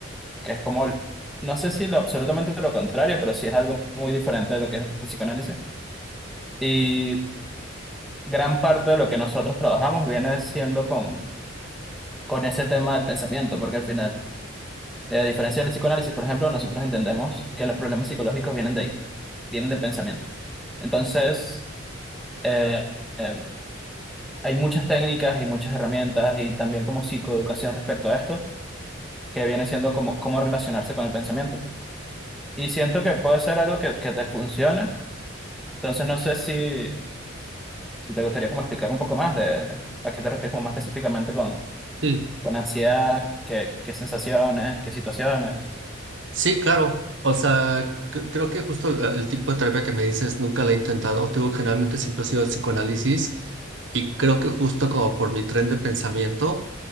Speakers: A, in the centre; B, on the right.
A: que es como, no sé si lo absolutamente lo contrario, pero sí es algo muy diferente de lo que es el psicoanálisis. Y gran parte de lo que nosotros trabajamos viene siendo con, con ese tema del pensamiento, porque al final, eh, a diferencia del psicoanálisis, por ejemplo, nosotros entendemos que los problemas psicológicos vienen de ahí, vienen del pensamiento. Entonces, eh, eh, hay muchas técnicas y muchas herramientas y también como psicoeducación respecto a esto, que viene siendo como cómo relacionarse con el pensamiento. Y siento que puede ser algo que, que te funcione. Entonces no sé si Si te gustaría como explicar un poco más de a qué te refieres como más específicamente con,
B: Sí.
A: con ansiedad, qué, qué sensaciones, qué situaciones.
B: Sí, claro. O sea, cre- creo que justo la- el tipo de terapia que me dices nunca la he intentado. Te Digo, generalmente siempre ha sido el psicoanálisis y creo que justo como por mi tren de pensamiento, o